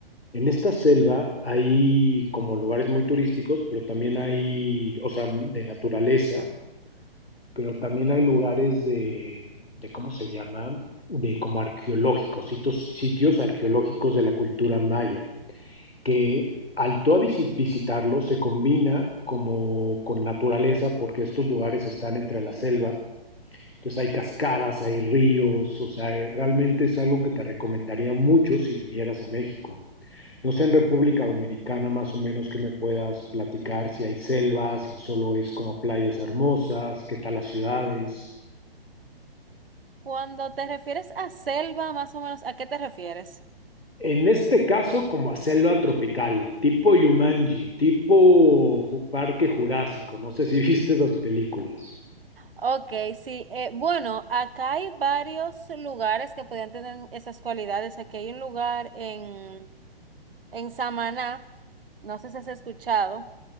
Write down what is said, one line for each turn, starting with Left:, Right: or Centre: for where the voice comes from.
Left: En esta selva hay como lugares muy turísticos, pero también hay, o sea, de naturaleza, pero también hay lugares de, de ¿cómo se llama? De como arqueológicos, sitios, sitios arqueológicos de la cultura maya, que al tú a visi- visitarlo se combina como con naturaleza porque estos lugares están entre la selva entonces hay cascadas, hay ríos, o sea, eh, realmente es algo que te recomendaría mucho si vinieras a México. No sé en República Dominicana más o menos que me puedas platicar si hay selvas, si solo es como playas hermosas, qué tal las ciudades.
Right: Cuando te refieres a selva, más o menos, ¿a qué te refieres?
Left: En este caso, como a selva tropical, tipo Yumanji, tipo ju- Parque Jurásico, no sé si <laughs> viste esas películas.
Right: Ok, sí. eh, bueno, acá hay varios lugares que podrían tener esas cualidades. Aquí hay un lugar en, en Samaná, no sé si has escuchado.